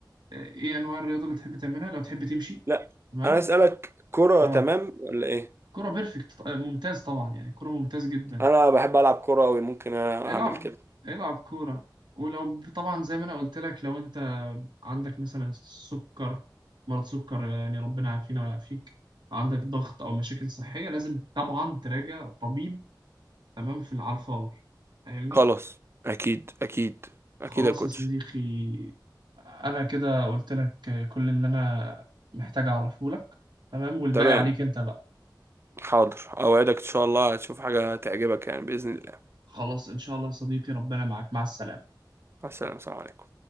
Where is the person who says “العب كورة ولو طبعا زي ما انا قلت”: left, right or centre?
Right